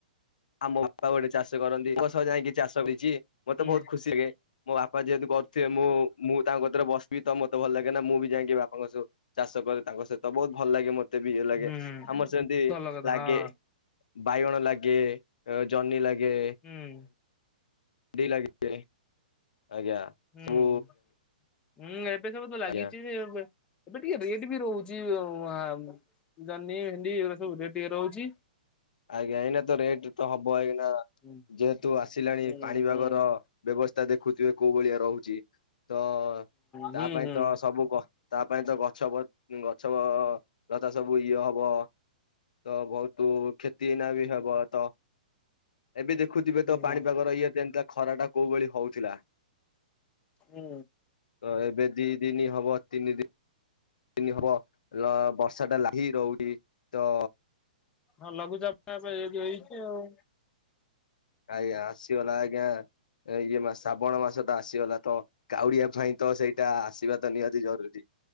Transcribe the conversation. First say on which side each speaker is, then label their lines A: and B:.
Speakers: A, on the left; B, on the left.
A: ଆମୋ ବାପା ଗୋଟେ ଚାଷ କରନ୍ତି, ତାଙ୍କ ସହ ଯାଇକି ଚାଷ ବିଜିଏ ମତେ
B: ହୁଁ
A: ବୋହୁତ ଖୁସିଗେ ମୋ ବାପା ଯେହେତୁ କରଥୁବେ ମୁଁ-ମୁଁ ତାଙ୍କ କତରେ ବସବି ତ ମତ୍ ତେ ଭଲ୍ ଲାଗେନା ମୁଁ ବି ଯାଇଙ୍କି ବାପାଙ୍କ ସବ୍ ଚାଷ କରେ ତାଙ୍କ ସହିତ ବୋହୁତ ଭଲ୍ ଲାଗେ ମୋତ୍ ତେବି ଇଏ ଲାଗେ,
B: ହୁଁ
A: ଆମର୍ ସେମ୍ତି
B: ଭଲ କଥା
A: ଲାଗେ।
B: ହଁ
A: ବାଇଗଣ ଲାଗେ, ଜହ୍ନି ଲାଗେ।
B: ହୁଁ।
A: ଡି ଲାଗେ। ଆଜ୍ଞା।
B: ହୁଁ
A: ସବୁ
B: ହୁଁ ଏବେ ସବୁ ତ ଲାଗିଚି
A: ଆଜ୍ଞା
B: ଯେ ଏବେ ଏବେ ଟିକେ ରେଟ୍ ବି ରହୁଚି ଅ ଆଁ ଆମ୍ ଜହ୍ନୀ ଭେଣ୍ଡି ଏଇ ଗୁରା ସବୁ ରେଟ୍ ଟିକେ ରହୁଚି।
A: ଆଜ୍ଞା ଏଇନା ତ ରେଟ୍ ତ ହବ ଏଇନା
B: ହୁଁ
A: ଯେହେତୁ ଆସିଲାଣି
B: ହୁଁ
A: ପାଣି ପାଗର
B: ହୁଁ
A: ବେବସ୍ଥା ଦେଖୁଥିବେ କୋଉ ଭଳିଆ ରହୁଚି ତ
B: ହୁଁ
A: ତା ପାଇଁ
B: ହୁଁ
A: ତ ସବୁ କ ତା ପାଇଁ ତ ଗଛ ବ ଗଛବ ଗଛଲତା ସବୁ ଇଏ ହବ। ତ ଭଉତୁ କ୍ଷତି ଏଇନା ବି ହେବ ତ ଏବେ ଦେଖୁଥିବେ
B: ହୁଁ
A: ତ ପାଣିପାଗର ଇଏ ଯେନ୍ତା ଖରା ଟା କୋଉ ଭଳି ହଉଥିଲା?
B: ହୁଁ।
A: ତ ଏବେ ଦି ଦିନି ହବ ତିନି ଦି ନି ହବ ଲ ବର୍ଷାଟା ଲାଗିକି ରହୁକି ତ
B: ହଁ, ଲଘୁଚାପ୍ ଟା ଏବେ ବେ ହେଇଚି ଆଉ।
A: ଆୟାଁ ଆସିଗଲା ଆଜ୍ଞା ଏ ଇଏ ମାସ ଶ୍ରାବଣ ମାସ ତ ଆସିଗଲା ତ କାଉଡ଼ିଆ ଭାଇ ତ ସେଇଟା ଆସିବା ତ ନିହାତି ଜରୁରୀ।